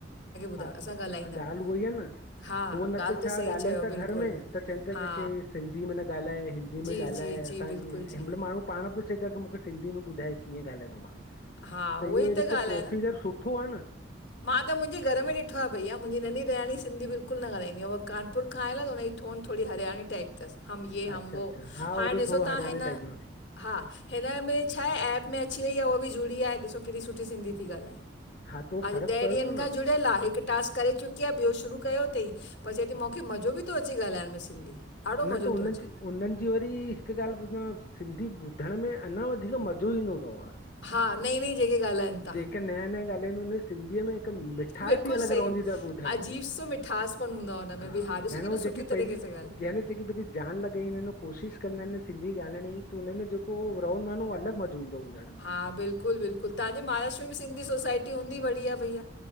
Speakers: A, on the left (about 50°); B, on the left (about 70°).
A: हा
B: ॿुधायो
A: ॻाल्ह
B: असां ॻाल्हाईंदा
A: उहई आ न
B: हा
A: हूअं न
B: ॻाल्हि
A: त छा
B: सही
A: ॻाल्हाइन
B: चयो
A: था
B: बिल्कुलु
A: घर में त चवन था
B: हा
A: क की सिंधी में न ॻाल्हाए हिंदी हिंदी
B: जी
A: में ॻाल्हाए
B: जी जी
A: असांखे
B: बिल्कुलु
A: हिन
B: जी
A: मल माण्हू पाण थो चए की मुखे सिंधी में ॿुधाए कीअं ॻाल्हाइनो आ।
B: हा
A: त
B: उहा
A: इहो
B: ई
A: जेको
B: ॻाल्हि
A: प्रोसीजर
B: आहे न
A: सुठो आ न।
B: मां त मुंजे घर में ॾिठो आहे भईया मुंहिंजी नढी ॾेरानी सिंधी बिल्कुल न ॻाल्हाईंदी आ उहा कानपुर खां आयल त हुनजी थोड़ी थोड़ी हरयाणी टाइप थस। हम ये हम
A: अच्छा
B: वो
A: अच्छा हा होॾे
B: हाणे ॾिसो
A: थोरो हरियाणे
B: तव्हां हिन
A: टाइप में
B: हा हिन में छा हे ऐप में अची वई आहे उहो बि जुड़ी वेया आहे ॾिसो केॾी सुठी सिंधी थी ॻाल्हाए
A: हा त उहो
B: अॼ
A: फ़र्क़ु
B: ॾह
A: पए
B: ॾींहंन
A: थो
B: खां
A: न
B: जुड़ियल आ हिक टास्क करे चुकी आ ॿियो शुरू कयो थई पर चए थी मुखे मज़ो बि थो अचे ॻाल्हाइण में सिंधी। ॾाढो
A: न
B: मज़ो
A: त हुनन
B: थो अचे
A: जी उन्हन जी वरी हिक ॻाल्ह ॿुधो सिंधी ॿुधण में अञा वधीक मज़ो ईंदो थव।
B: हा नईं नईं जेके ॻाल्हाइनि था
A: जेके नया-नया ॻाल्हाईंदा हुन सिंधीअ में हिक मिठास
B: बिल्कुलु
A: अल
B: सही
A: रहदी थस ॿुधण
B: अजीब सो मिठासपन हूंदो आहे हुन में
A: हा
B: बि ॾिसो
A: यानि
B: केॾो सुठी
A: जेकी
B: तरीक़े
A: पंहिंजी
B: सां ॻाल्हि
A: जेकी भई जान लॻाईंदा आहिन कोशिश कंदा आहिन सिंधी ॻाल्हाइण जी त हुन में जेको रहंदो आ उहो अलॻ मज़ो ईंदो ॿुधण में।
B: ह बिलकुल बिलकुल तव्हांजे महाराष्ट्र में भी सिंधी सोसाइटी हुंदी बढ़िया भइया?